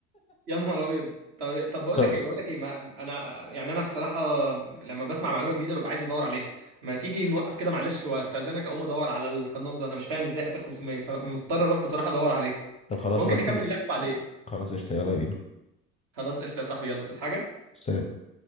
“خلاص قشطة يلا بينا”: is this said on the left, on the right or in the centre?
Left